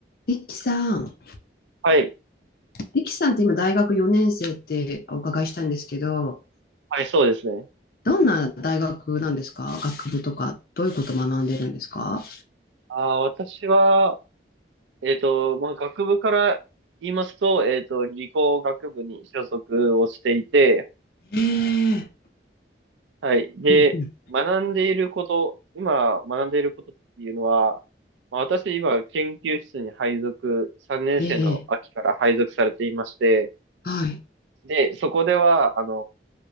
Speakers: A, on the left (about 55°); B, on the right (about 80°).
A: リキさん、
B: はい。
A: リキさんって今大学4年生ってお伺いしたんですけど、
B: はい、そうですね。
A: どんな大学なんですか学部とか、どういうことを学んでるんですか
B: あー、私は、えっと、まあ、学部から言いますと、えっと、理工学部に所属をしていて、
A: ええ
B: はい。で、
A: うんうん
B: 学んでいること、今学んでいることっていうのは、まあ、私今研究室に配属、3年生の秋から配属されていまして、
A: ええはい。
B: で、そこでは、あの、